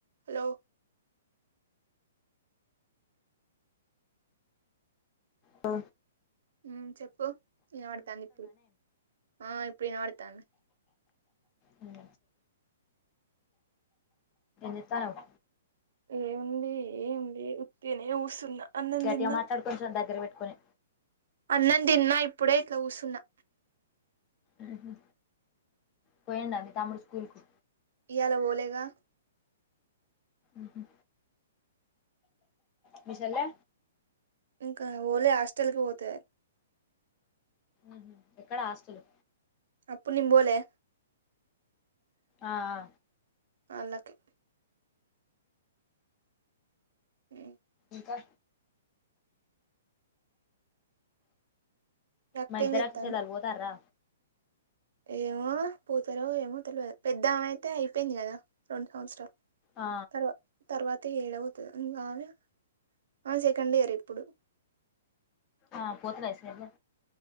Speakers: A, on the right; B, on the left.
A: Hello
B: అ
A: ఊ చెప్పు ఇనవడతంది ఇప్పుడు ఆ ఇప్పుడు ఇనవడతంది
B: ఏం చెతనవ్
A: ఏముంది ఏం లేద్ ఉతినే కూసున్న అన్నం
B: గట్గా
A: తిన్నా
B: మాట్లాడు కొంచెం దగ్గర పెట్టుకొని
A: అన్నం తిన్న ఇప్పుడే ఇట్లా కూసున్నా
B: ఊహు పోయండ మీ తముడు స్కూల్ కు
A: ఇయలా ఓలేగా
B: ఊహు మీ షెల్లా
A: ఇంకా ఓలే హాస్టల్ కి పోత
B: ఊహు ఎక్కడ హాస్టలు
A: అప్పు నిం పోలే
B: ఆ ఆ
A: అలక్కె ఊ
B: ఇంకా
A: అక్క
B: మరి ఇధరక
A: ఏం చెత్తాంది
B: చెలలు బోతరా
A: ఏమో పోతారో ఏమో తెలియదు పెద్దమయితే అయిపోయింది కదా రెండు సంవత్సరాలు
B: ఆ
A: తర్వా తర్వాత అతే ఏడవోతది ఇంగ ఆమె ఆమె సెకండ్ ఇయర్ ఇప్పుడు
B: ఆ పోతలేదా సెల్లే